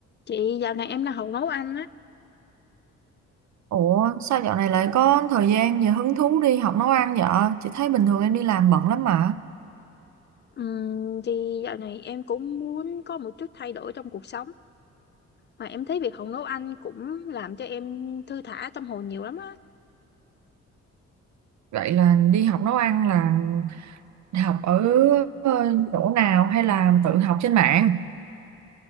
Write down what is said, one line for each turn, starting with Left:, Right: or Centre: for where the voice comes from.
Left: Chị dạo này em đang học nấu ăn á
Right: Ủa sao dạo này lại có thời gian và hứng thú đi học nấu ăn vậy? Chị thấy bình thường em đi làm bận lắm mà.
Left: Ừm, thì dạo này em cũng muốn có một chút thay đổi trong cuộc sống mà em thấy việc học nấu ăn cũng làm cho em thư thả tâm hồn nhiều lắm á
Right: Vậy là đi học nấu ăn là học ở ờ, chỗ nào hay là tự học trên mạng?